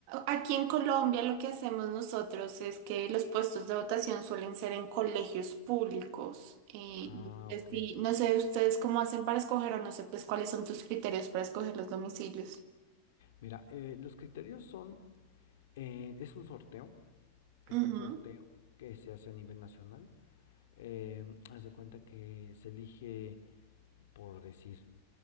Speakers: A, on the right; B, on the left.
A: Aquí en Colombia lo que hacemos nosotros es que los puestos de votación suelen ser en colegios públicos. Eh,
B: Ah,
A: no sé
B: ok.
A: si- no sé ustedes cómo hacen para escoger o no sé pues cuáles son tus criterios para escoger los domicilios.
B: Mira, eh, los criterios son, eh, es un sorteo, es
A: Ujú,
B: un sorteo que se hace a nivel nacional. Eh, haz de cuenta que se elige, por decir,